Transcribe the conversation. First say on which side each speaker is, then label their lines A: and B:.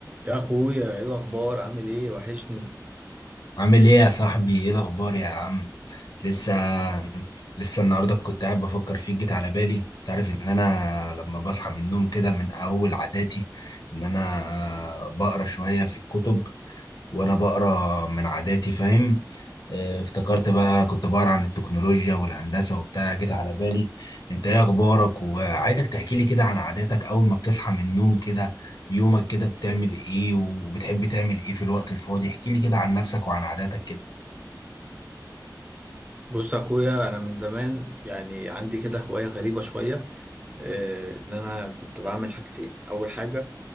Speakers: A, on the right (about 20°); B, on the left (about 65°).
A: يا اخويا ايه الاخبار عامل ايه وحشني
B: عامل ايه يا صاحبي ايه الاخبار يا عم لسه لسه النهارده كنت قاعد بفكر فيك جيت على بالي تعرف ان انا لما بصحى من النوم كده من اول عاداتي ان انا بقرا شويه في الكتب وانا بقرا من عاداتي فاهم آه، افتكرت بقى كنت بقرا عن التكنولوجيا والهندسة وبتاع جيت على بالي انت ايه اخبارك وعايزك تحكي لي كده عن عاداتك اول ما بتصحى من النوم كده يومك كده بتعمل ايه وبتحب تعمل ايه في الوقت الفاضي احكي لي كده عن نفسك وعن عاداتك كده
A: بص يا اخويا انا من زمان يعني عندي كده هوايه غريبه شويه آه ان انا كنت بعمل حاجتين اول حاجه